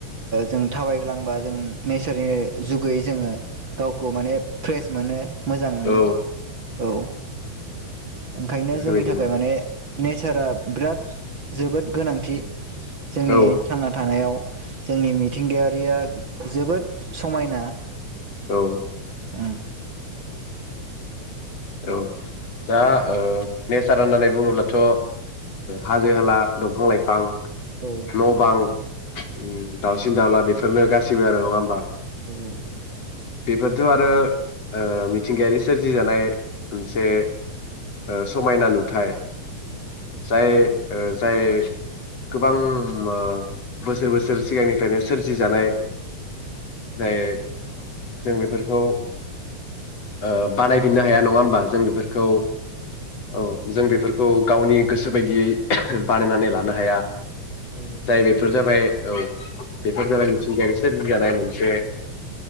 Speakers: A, on the right; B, on the left.
A: जों थाबायग्लांबा जों नेचारनि जुगै जोङो गावखौ माने फ्रेस मोनो। मोजां मोनो
B: औ
A: औ। ओंखायनो
B: बेफोरबायदिनो
A: जोंनि थाखाय माने नेचारा बिराद जोबोद गोनांथि जोंनि
B: औ
A: थांना थानायाव जोंनि मिथिंगायारिया जोबोद समायना
B: औ
A: ओम
B: औ दा नेसार होननानै बुङोब्लाथ' हाजो-हाला, दंफां-लाइफां न'
A: औ
B: बां ओम दाउसिन दाउला बेफोरनो गासिबो आरो नङा होमबा?
A: उम
B: बेफोर आरो ओ मिथिंगायारि सोरजिजानाय मोनसे ओ समायना नुथाय जाय ओ जाय गोबां ओ बोसोर बोसोर सिगांनिफ्रायनो सोरजि जानाय जाय जों बेफोरखौ ओ बानायफिननो हाया नङा होमबा जों बेफोरखौ
A: औ उम औ
B: औ जों बे बेफोरखौ गावनि गोसो बायदियै बानायनानै लानो हाया
A: औ
B: जाय बेफोर जाबाय औ बेफोर जाबाय मिथिंगायारि सोरजिजानाय मोनसे